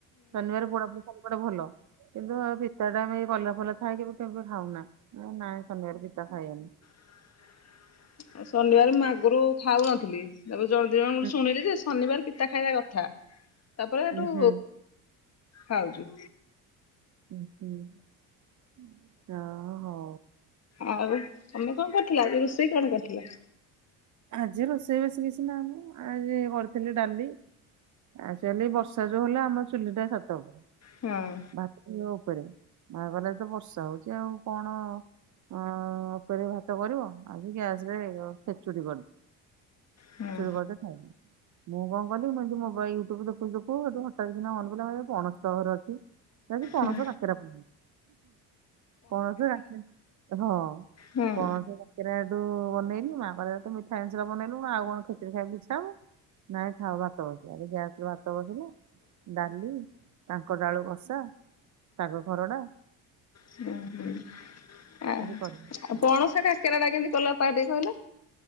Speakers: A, on the right; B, on the left.
A: ଶନିବର ପୋଡା ପଢ ସ କଡେ ଭଲ କିନ୍ତୁ ଆଉ ପିତା ଟା ଆମେ କଲ ଫଲ ଖାଇକି କେମ ଖାଉନା ନାଇଁ ସମରେ ପିତା ଖାଇବନି
B: <inaudible> ଆଉ ଶନିବାର ମୁ ଆଗରୁ ଖାଉନଥିଲି ତାପରେ ଜଳଦିନ ଗ
A: ହୁଁ
B: ଶୁଣିଲି ଯେ ଶନିବାର ପିତା ଖାଇବା କଥା ତାପରେ
A: ହୁଁ
B: ଏଠୁ
A: ହୁଁ
B: ଖାଉଛି।
A: ହ ହୁଁ ଆଁ ହଉ।
B: ଆଉ ତମେ କଣ କରିଥିଲ ଆ ରୋଷେଇ କଣ କରିଥିଲ?
A: ଆଜି ରୋଷେଇ ବେଶୀ କିଛି ନା ମୁଁ ଆଜି କରିଥିଲି ଡାଲି ଆ ଚାଲି ବର୍ଷା ଯୋଉ ହେଲେ ଆମ ଚୁଲି ଟା ସାତ ହ
B: ହଁ
A: ବାହାଘର ଉପରେ ବାହାଘରରେ ତ ବର୍ଷା ହଉଛି ଆଉ କଣ? ଅ ଉପରେ ଭାତ କରିବ ଆଜି ଗ୍ୟାସରେଷ କରିଦେଚୁ
B: ହୁଁ
A: କରିଦେ ଖାଇ ମୁଁ କଣ କଲି ମୁଁ ଏମତି ମୋବାଇଲ ତୁ ଦେଖୁଛୁ ଅଠା, ଦିନ ମନ ପ ବଣସ୍ତ ଘର ଅଛି। କି କୌଣସ
B: ହୁଁ
A: ଟାକରା ପ ପଣସ ହଁ
B: ହୁଁ।
A: ପଣସ ରାକେରା ଏଠୁ ବନେଇନି ମାଙ୍କରେ ତ ମିଠାଇ ସା ବନେଇଲୁ ଆଉ କଣ କେଚରେ ଖାଇବାକୁଛବ ନାଇଁ ଖ ଭାତ ବ ଭ ବସିଲା ଡାଲି ତାଙ୍କ ଡାଳୁ ବସ ଆସ ପାଗ ଘର ଟା
B: ହୁଁ ହୁଁ ଆ ଆଉ
A: କରିନୁ।
B: ପଣସ କାକେରା ଟା କେମିତି କଲପ ଟିକ କହିଲ